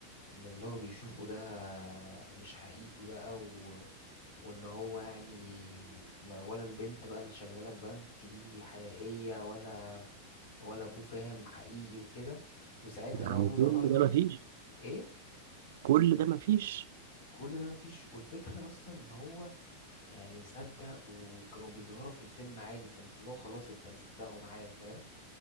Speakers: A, on the left; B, on the right.
A: إن اللي هو بيشوفه ده مش حقيقي بقى و... وان هو يعني ما- ولا البنت بقى اللي شغالة في بنك دي حقيقية ولا ولا ابوه فاهم حقيقي وكده وساعتها
B: يعني
A: بقى ابوه ظهر
B: كل
A: له
B: ده مفيش
A: ايه
B: كل ده مفيش
A: كل ده مفيش والفكرة اصلا ان هو يعني مصدق وكانوا بيظهروا في الفيلم عادي فانت اللي هو خلاص انت مصدقه معاه فاهم